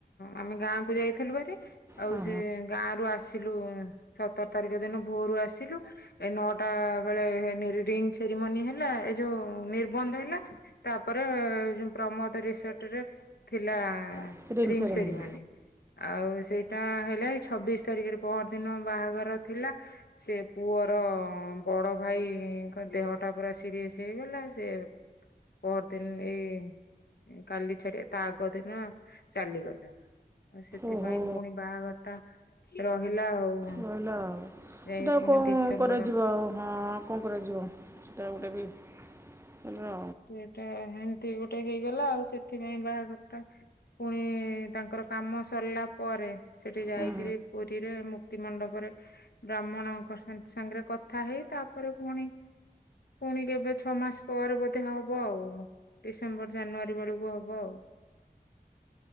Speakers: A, on the left; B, on the right.
A: ଆମେ ଗାଁକୁ ଯାଇଥିଲୁ ହେରି ଆଉ
B: ହଁ
A: ସେ ଗାଁରୁ ଆସି- ଥିଲୁ ସତର ତାରିଖ ଦିନ ଭୋରୁ ଆସିଲୁ ଏ ନଅଟା ବେଳେ ରିଙ୍ଗ ସେରିମୋନୀ- ମୋନୀ ହେଲା। ଏ ଯୋଉ ନିର୍ବନ୍ଧ ହେଲା। ତାପରେ ପ୍ରମୋଦ ରିସଟ୍ ରେ - ହେଲା
B: ହଁ ରିଙ୍ଗ୍
A: ରିଙ୍ଗ
B: ସେରେମନି
A: ସେରିମୋନି। ଆଉ ସେଇଟା ହେଲେ - ଛବିଶି ତାରିଖରେ ପହର ଦିନ ବାହାଘର ଥିଲା ସେ ପୁଅର ବଡ ଭାଇ- ଙ୍କ ଦେହଟା ପୁରା ସିରିଅସ ହେଇଗଲା ସେ- ପରଦିନ ଏଇ କାଲି ଛାଡି ତା ଆ- ଆଗ ଦିନ ଚାଲିଗଲେ। ସେଥିପାଇଁ
B: ଓହୋ
A: ପୁଣି ବାହାଘର- ତା ରହିଲା ଆଉ।
B: ଭଲ।
A: ଯାଇ
B: ସେଇଟା ଆଉ
A: ପୁଣି
B: କଣ
A: ଡିସେମ୍ବର
B: କରାଯିବ ଆଉ ହଁ କଣ କରାଯିବ ସେଇଟା ଗୋଟେ ବି- ହେଲୋ।
A: ସେଟା ହେନତି ଗୋଟେ ହେଇଗଲା ଆଉ ସେଥିପାଇଁ ବାହାଘରଟା ପୁଣି ତାଙ୍କର କାମ ସରିଲା ପରେ ସେଠି ଯାଇକିରି
B: ହୁଁ
A: ପୁରୀରେ ମୁ ତି ମଣ୍ଡପରେ ବ୍ରାହ୍ମଣଙ୍କ ସାନ୍ତ ସାଙ୍ଗରେ କଥା ହେଇ ତାପରେ ପୁଣି ପୁଣି କେବେ ଛଅ ମାସ ପରେ ବୋ ତେ ହବ ଆଉ ଡିସେମ୍ବର ଜାନୁଆରୀ ବେଳକୁ ହବ। <inaudible>